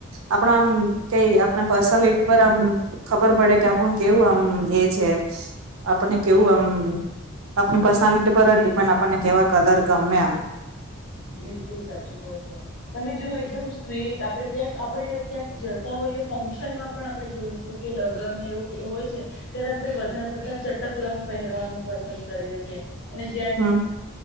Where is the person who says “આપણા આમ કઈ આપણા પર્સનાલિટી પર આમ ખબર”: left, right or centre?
Right